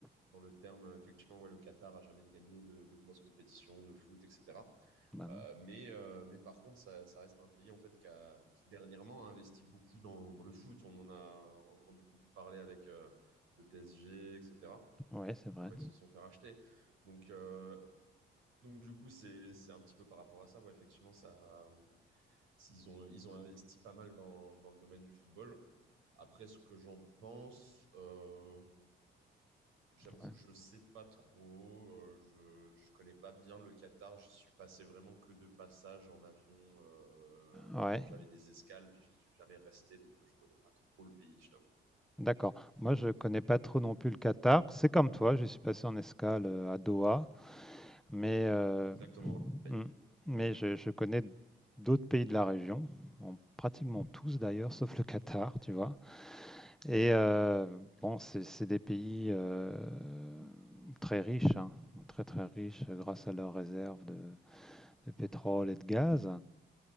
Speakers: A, on the right; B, in the centre.
A: dans le terme, euh, effectivement, ouais, le Qatar a jamais gagné de, de grosses compétitions de foot, etc.
B: Bah
A: Euh,
B: non.
A: mais, euh, mais par contre, ça, ça reste un pays en fait qui, a, qui dernièrement a investi beaucoup dans, dans le foot. On en a entendu beaucoup parler avec euh, le PSG, etc.
B: Ouais, c'est vrai.
A: Quand ils se sont fait racheter. Donc, euh, donc du coup, c'est, c'est un petit peu par rapport à ça. Ouais, effectivement, ça, ils ont, ils ont investi pas mal dans, dans le domaine du football. Après, ce que j'en pense, euh, J'avoue
B: Ouais.
A: que je sais pas trop, euh, je, je connais pas bien le Qatar, j'y suis passé vraiment que de passage en avion euh, euh,
B: Ouais.
A: quand j'avais des escales, mais j'y suis jamais resté, donc euh, je connais pas trop le pays, je t'avoue.
B: D'accord. Moi, je connais pas trop non plus le Qatar. C'est comme toi, je suis passé en escale euh, à Doha, mais euh,
A: Exactement. pareil.
B: Mm. Mais je, je connais d'autres pays de la région, en pratiquement tous d'ailleurs, sauf le Qatar, tu vois. Et euh, bon, c'est c'est des pays euh, très riches, hein, très très riches grâce à leurs réserves de, de pétrole et de gaz